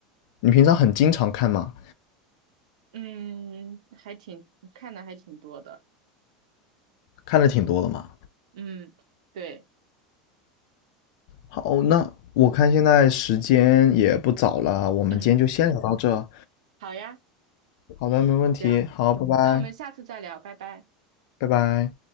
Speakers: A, on the left (about 60°); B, on the right (about 70°).
A: 你平常很经常看吗？
B: 嗯，还挺看的还挺多的。
A: 看的挺多的嘛。
B: 嗯，对，
A: 好，那我看现在时间也不早了啊，我们今天就先聊到这。
B: 嗯，好呀，
A: 好的，没问题。
B: 行，
A: 好，拜拜，
B: 那我们下次再聊，拜拜。
A: 拜拜。